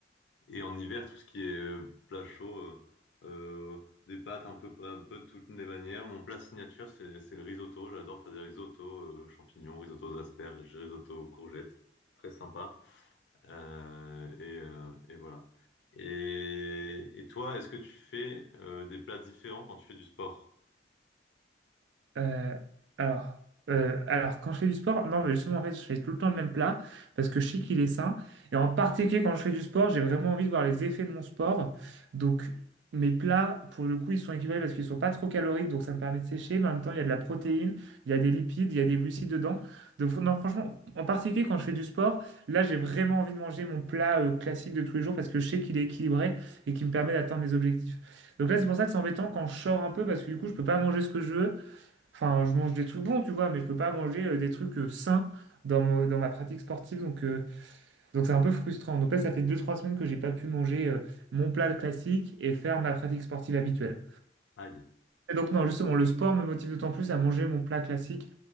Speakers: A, on the left (about 70°); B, on the right (about 70°).
A: Et en hiver, tout ce qui est euh, plat chaud, euh, euh, des pâtes un peu, un peu de toutes les manières. Mon plat signature, c'est, c'est le risotto. J'adore faire des risottos, euh, champignons, risotto aux asperges, risotto aux courgettes. Très sympa. Euh, et, euh, et voilà. Et, et toi, est-ce que tu fais euh, des plats différents quand tu fais du sport?
B: Euh, alors, euh, alors, quand je fais du sport, non, mais justement, en fait, je fais tout le temps le même plat parce que je sais qu'il est sain. Et en particulier, quand je fais du sport, j'ai vraiment envie de voir les effets de mon sport. Donc, mes plats, pour le coup, ils sont équilibrés parce qu'ils sont pas trop caloriques, donc ça me permet de sécher. Mais en même temps, il y a de la protéine, il y a des lipides, il y a des glucides dedans. Donc, non, franchement, en particulier, quand je fais du sport, là, j'ai vraiment envie de manger mon plat euh, classique de tous les jours parce que je sais qu'il est équilibré et qu'il me permet d'atteindre mes objectifs. Donc là, c'est pour ça que c'est embêtant quand je sors un peu parce que du coup, je peux pas manger ce que je veux. Enfin, je mange des trucs bons, tu vois, mais je peux pas manger euh, des trucs euh, sains dans, mo- dans ma pratique sportive. Donc, euh, donc c'est un peu frustrant. Donc là, ça fait deux trois semaines que j'ai pas pu manger euh, mon plat classique et faire ma pratique sportive habituelle.
A: Aïe.
B: Et donc non, justement, le sport me motive d'autant plus à manger mon plat classique.